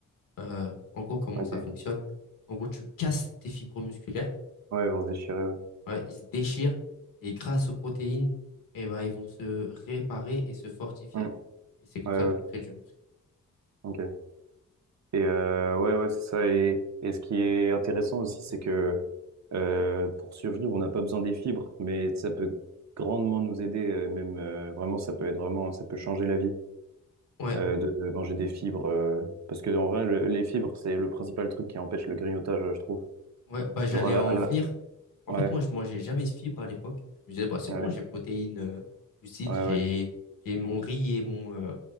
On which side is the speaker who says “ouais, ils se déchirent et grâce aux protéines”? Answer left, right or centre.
Left